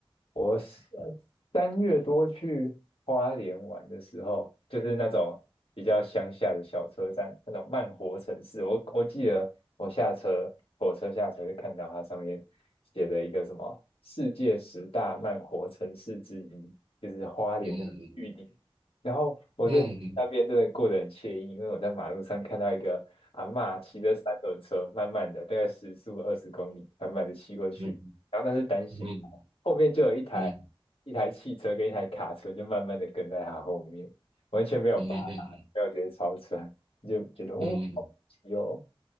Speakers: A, on the left (about 75°); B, on the right (about 70°).
A: 我是呃三月多去花莲玩的时候，就是那种比较乡下的小车站，那种慢活城市。我我记得我下车，火车下车就看到它上面写的一个什么世界十大慢活城市之一，就是花莲的玉里。
B: 嗯
A: 然后我在
B: 嗯
A: <laughs> 那边真的过得很惬意，因为我在马路上看到一个阿嬷骑着三轮车，慢慢的，大概时速二十公里，慢慢的骑过去。
B: 嗯
A: 然后那是单行道，
B: 嗯
A: 后面就有一台
B: 嗯
A: 一台汽车跟一台卡车，就慢慢的跟在他后面，完全没有拔他，
B: 嗯嗯嗯嗯
A: 没有直接超车，你就觉得哦，
B: 嗯嗯。
A: 好神奇哦，